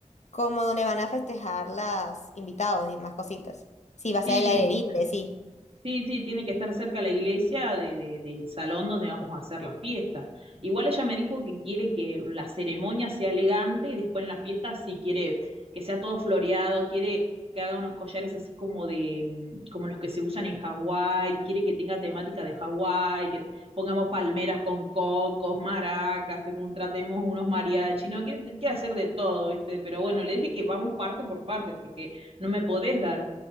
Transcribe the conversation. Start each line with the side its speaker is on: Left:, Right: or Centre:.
Left: como donde van a festejar las invitados y más cositas. Sí, va a
Right: sí,
Left: ser el aire libre, sí.
Right: Sí, sí, tiene que estar cerca la iglesia de, de- del salón donde vamos a hacer la fiesta. Igual ella me dijo que quiere que la ceremonia sea elegante y después en la fiesta sí quiere que sea todo floreado, quiere que haga unos collares así como de, mm, como los que se usan en Hawái, quiere que tenga temática de Hawái, que pongamos palmeras con cocos, maracas, que contratemos unos mariachi, no, quiere, quiere hacer de todo, ¿viste? Pero bueno, le dije que vamos parte por parte porque no me podés dar